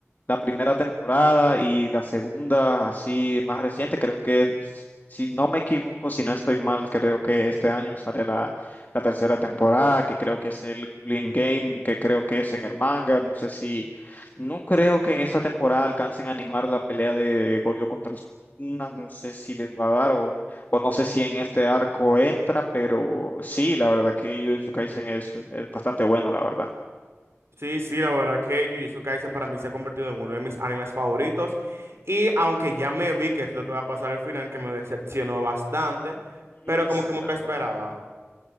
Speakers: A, on the left; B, on the right.
A: la primera temporada y la segunda, así más reciente, creo que, s- si no me equivoco, si no estoy mal, creo que este año sale la, la tercera temporada, que creo que es el Clean Game, que creo que es en el manga. No sé si, no creo que en esta temporada alcancen a animar la pelea de Goyo contra Sukuna, no sé si les va a dar o o no sé si en este arco entra, pero sí, la verdad que Jujutsu Kaisen es, es bastante bueno, la verdad.
B: sí, sí, la verdad que Jujutsu Kaisen para mí se ha convertido en uno de mis animes favoritos. Y aunque ya me vi que es lo que va a pasar al final, que me decepcionó bastante,
A: Mm,
B: pero como
A: Sí,
B: que me
A: la
B: lo
A: verdad.
B: esperaba.